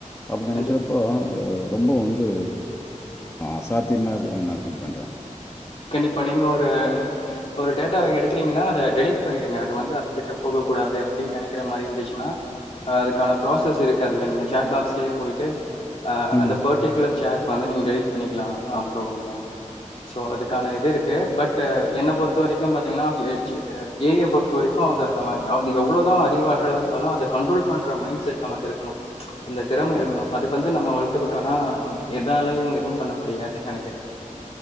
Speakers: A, on the left; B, on the left.
A: அப்படி நினைக்கிறப்போ
B: கண்டிப்பா
A: ஒ ரொம்ப வந்து அசாத்தியமாக நான் ஃபீல் பண்ணுறேன்
B: கண்டிப்பா நீங்க ஒரு ஒரு டேட்டா எடுக்கிறீங்கன்னா அத ரெலிட் பண்ணிடுங்க அது வந்து அதுகிட்ட போக கூடாது அப்படின்னு நினைக்கிற மாதிரி இருந்துச்சுன்னா அதுக்கான ப்ராசஸ் இருக்குதுல்ல நீங்க சேட் பாக்ஸ்லயே போயிட்டு
A: ம்ஹ்ம்.
B: அந்த பர்ட்டிகுலர் சேட் வந்து நீங்க டெலீட் பண்ணிக்கலாம் ஆம் ப்ரோ நீங்க சோ அதுக் கான இது இருக்கு பட் என்ன பொறுத்த வரைக்கும் பாத்தீங்கன்னா ஏஜ ஏ ஐ பொறுத்த வரைக்கும் அத நாம அது எவ்வளோதான் அறிவாற்றல இருந்தாலும் அதை கண்ட்ரோல் பண்ற மைண்ட் செட் நமக்கு இருக்கணும் அந்த திறம இருக்கணும்
A: ஆமா.
B: அதுக்கு வந்து நம்ம துக்குட்டோம்னா எதாலயையும் எதுயும் எதும் பண்ண முடியாது நெனைக்கிறன்